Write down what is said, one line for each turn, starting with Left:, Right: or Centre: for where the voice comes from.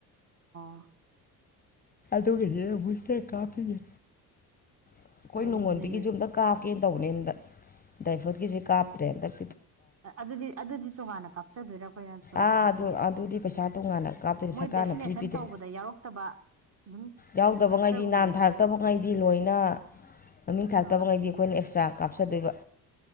Right: ꯑ
Left: ꯑꯗꯨꯒꯤꯗꯤ ꯕꯨꯁꯂꯦ ꯀꯥꯞꯄꯤꯅꯤ ꯑꯩꯈꯣꯏ
Right: ꯑꯗꯨꯗꯤ
Left: ꯅꯣꯡꯉꯣꯟꯕꯤꯒꯤꯁꯨ ꯑꯝꯇ ꯀꯥꯞ ꯀꯦꯟ ꯇꯧꯕꯅꯦ <unintelligible> ꯗꯥꯏꯐꯣꯠꯀꯤꯁꯦ ꯀꯥꯞꯇ꯭ꯔꯦ ꯍꯟꯇꯛ
Right: ꯑꯗꯨꯗꯤ ꯑꯗꯨꯗꯤ ꯇꯣꯉꯥꯟꯅ ꯀꯥꯞꯆꯗꯣꯏꯔꯥ ꯑꯩꯈꯣꯏꯅ ꯇꯣꯉꯥꯟꯅ
Left: ꯑꯥ
Right: ꯈꯠꯈꯤꯒꯦ
Left: ꯑꯗꯨ ꯑꯗꯨꯗꯤ ꯄꯩꯁꯥ ꯇꯣꯉꯥꯟꯅ ꯀꯥꯞꯇꯣꯏꯅꯤ
Right: ꯃꯣꯏ
Left: ꯁꯔꯀꯥꯔꯅ
Right: ꯚꯦꯛꯁꯤꯅꯦꯁꯟ
Left: ꯐ꯭ꯔꯤ ꯄꯤꯗ꯭ꯔꯦ
Right: ꯇꯧꯕꯗ ꯌꯥꯎꯔꯛꯇꯕ ꯑꯗꯨꯝ
Left: ꯌꯥꯎꯗꯕꯉꯩꯗꯤ
Right: ꯕꯨꯁꯇꯔꯒꯨꯝꯕꯁꯦ
Left: ꯅꯥꯟ
Right: ꯑꯩꯈꯣꯏꯅ
Left: ꯊꯥꯔꯛꯇꯕꯉꯩꯗꯤ ꯂꯣꯏꯅ ꯃꯃꯤꯡ ꯊꯥꯔꯛꯇꯕꯉꯩꯗꯤ
Right: ꯑꯥ
Left: ꯑꯩꯈꯣꯏꯅ ꯑꯦꯛꯁꯇ꯭ꯔꯥ ꯀꯥꯞꯆꯗꯣꯏꯕ